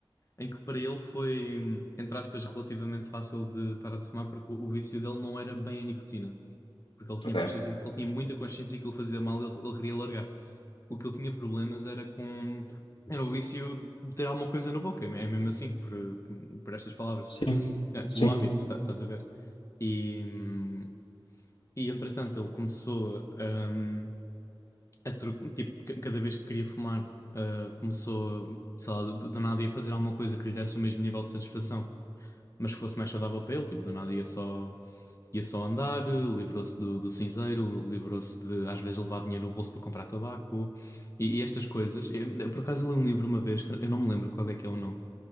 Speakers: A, on the left; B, on the left.
A: em que para ele foi, entre aspas, relativamente fácil de parar de fumar porque o, o vício dele não era bem a nicotina. Porque ele tinha
B: Ok?
A: consciência, ele tinha muita consciência que ele fazia mal e ele, ele queria largar. o que ele tinha problemas era com. Era o vício de ter alguma coisa na boca, é mesmo assim, por, por estas palavras.
B: Sim,
A: É, pelo
B: sim,
A: hábito, tá- estás a ver? E, hum, e entretanto ele começou hum, a tro- tipo, ca- cada vez que queria fumar, ah, começou, sei lá, do, do nada ia fazer alguma coisa que lhe desse o mesmo nível de satisfação, mas que fosse mais saudável para ele, tipo, do nada ia só. Ia só andar, eh, livrou-se do, do cinzeiro, livrou-se de às vezes levar dinheiro no bolso para comprar tabaco e, e estas coisas. Eu, eu, por acaso eu li um livro uma vez, que eu não me lembro qual é que é o nome,